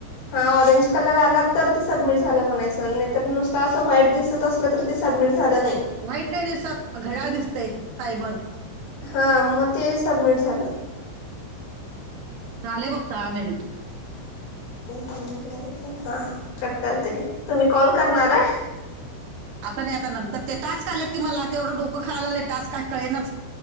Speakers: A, on the left; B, on the right.
A: हा ऑरेंज कलर आला तर सबमिट झाला म्हणायच नुसत असं वाईट दिसत अस सबमिट झालं नाही.
B: वाईट नाही दिसत घड्याळ दिसतेय टायमर
A: हा मग ते सबमिट झालं
B: चाले बघतहा मिनिट
A: मि झा हा कट करते घ तुम्ही कॉल करणार
B: हा
A: आहे?
B: आता नाही आता नंतर ते टास्क आले मला एवढं डोकं खायलाट काय कळेलच